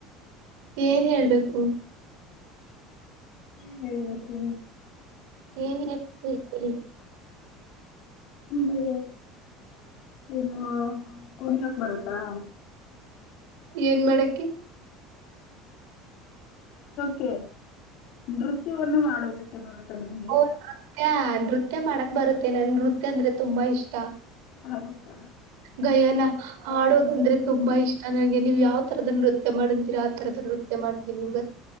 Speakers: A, on the right; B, on the left.
A: ಏನ್ ಹೇಳ್ಬೇಕು.
B: ಏನ್ ಹೇಳಬೇಕ ಹ್ಮ.
A: ಏನ್ ಹೇಳ. <unintelligible>
B: ಹಗೆ ಏನು ಕುಣಿಯಕ್ ಬರತ್ತಾ.
A: ಏನ್ ಮಾಡಕ್ಕೆ
B: ಕೆ ನೃತ್ಯವನ್ನು ಮಾಡೋದಕ್ಕೆ ಬರುತ್ತಾ ನಿಮ್ಗೆ.
A: ಓ! ನೃತ್ಯ, ನೃತ್ಯ ಮಾಡಕ್ ಬರುತ್ತೆ ನನ್ ನೃತ್ಯ ಅಂದ್ರೆ ತುಂಬಾ ಇಷ್ಟ.
B: ಹೌದಾ.
A: ಗಯನ ಆಡೋದು ಅಂದ್ರೆ ತುಂಬಾ ಇಷ್ಟ ನಂಗೆ. ನೀವು ಯಾವ ತರದನ್ನ ನೃತ್ಯ ಮಾಡ್ ಅಂತೀರಾ ಆ ತರದ ನೃತ್ಯ ಮಾಡ್ತೀನಿ ನಿಂಗ.